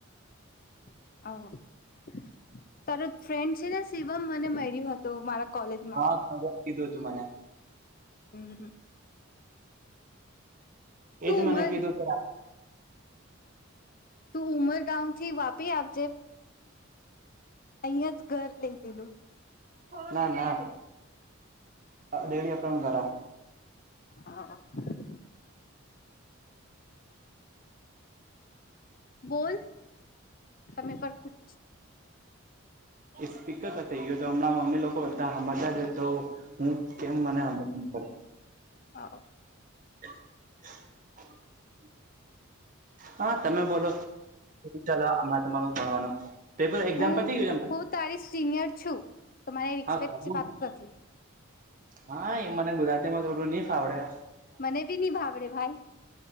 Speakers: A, on the left; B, on the right.
A: <inaudible> તાર ફ્રેન્ડ છે ને શિવમ મેર્યું હતો મારા કોલેજમાં
B: <inaudible> કીધું હતું મને
A: <inaudible>
B: એજ
A: તું
B: મને
A: ઉમર
B: કીધું છે <inaudible>
A: તું ઉમરગાામથી વાપ ી આપજે અહં જ ઘર લઈ લીધું
B: ના ના ડેલી આપણા ઘર
A: <inaudible> બોલ. તમે પર કછ
B: એ સ્પીર ગયયો તો હમણાં મમ્મી લોકો બધા સાંભજ્યા જ તો હું કેમ મને અમલ ન કર
A: <inaudible>
B: <inaudible> હા તમે બોલો હણા તમાર ભણવાનું પેપર એક્ઝામ
A: હું
B: પતી ગયું તમારું
A: હું તારી સિનિયર છું તમારે રિસ્પેક
B: હા ખરું
A: વાત
B: ને.
A: કર
B: હા એ મને ગુજરાતીમાં થોડું નહી ફાવડે
A: મને બી નહી ભાવડે ભાઈ.